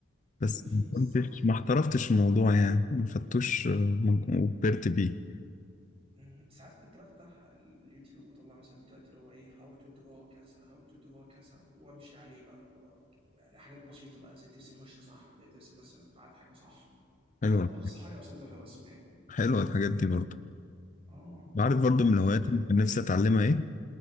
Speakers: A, on the left; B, on the right.
A: بس
B: <laughs>
A: ما
B: بالظبط
A: كنتش ما احترفتش الموضوع يعني ما خدتوش آه، وكبرت بيه
B: مم. ساعات كنت بفتح ال- اليوتيوب واطلع مثلا فيديوهات اللي هو ايه هاو تو درا كذا هاو تو درا كذا وامشي عليه بقى اللي هو يعني حاجات بسيطه بقى زي ترسم وش صح زي ترسم مثلا بعد حاجه صح
A: حلوة
B: ده اقصى حاجه بوصل لها فيها بس يعني
A: حلوة الحاجات دي برضه
B: اه
A: عارف برضو من الهوايات
B: طب انت
A: اللي كان نفسي اتعلمها ايه